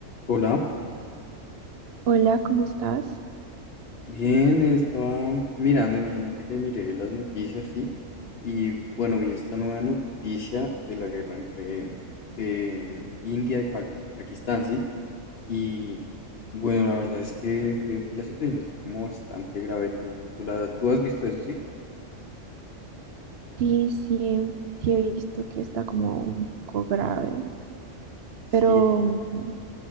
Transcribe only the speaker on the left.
Hola,
bien, estaba mirando, imagínate que miré las noticias, sí, y bueno, vi esta nueva noticia de la guerra entre de mm, India y Pa- Pakistán, sí, y bueno, la verdad es que veo que la situación está como bastante grave, tú, tú, la, tú has visto eso, sí,
sí,